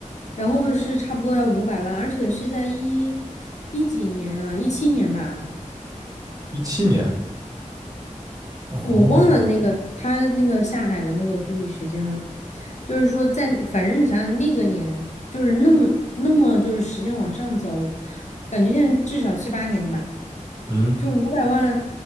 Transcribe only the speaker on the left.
然后是差不多要五百万，而且是在一一几年啊，一七年吧，
我忘了那个他那个下海的那个具体时间了。就是说在，反正你想想那个年，就是那么那么就是时间往上走，感觉现在至少七八年吧。
就五百万